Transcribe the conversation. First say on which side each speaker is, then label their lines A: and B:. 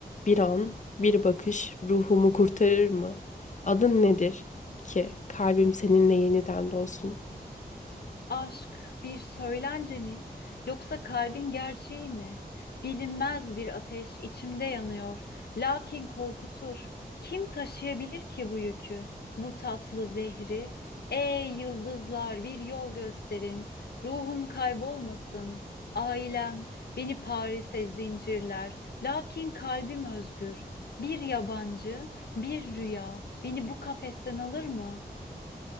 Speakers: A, on the left; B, on the left.
A: Bir an, bir bakış ruhumu kurtarır mı? Adın nedir ki kalbim seninle yeniden dolsun?
B: Aşk bir söylence mi yoksa kalbin gerçeği mi? Bilinmez bir ateş içimde yanıyor. Lakin korkutur. Kim taşıyabilir ki bu yükü? Bu tatlı zehri. Ey yıldızlar bir yol gösterin. Ruhum kaybolmasın. Ailem beni Paris'e zincirler. Lakin kalbim özgür. Bir yabancı, bir rüya beni bu kafesten alır mı?